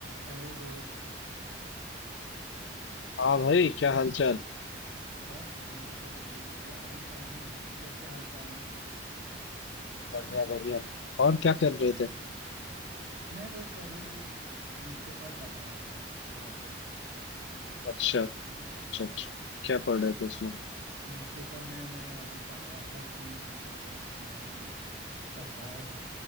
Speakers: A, on the right (about 75°); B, on the left (about 70°).
A: हेलो दोस्त
B: हाँ भाई क्या हालचाल
A: बस मेरे तो बिल्कुल बढ़िया हाल चाल हैं आपके कैसे हाल चाल हैं
B: बढ़िया बढ़िया और क्या कर रहे थे
A: मैं बस अभी न्यूज़पेपर पढ़ रहा था थोड़ा सा
B: अच्छा अच्छा अच्छा क्या पढ़ रहे थे उसमें
A: न्यूज़पेपर में मैं अभी पढ़ रहा था कि जो हमारी सरकार है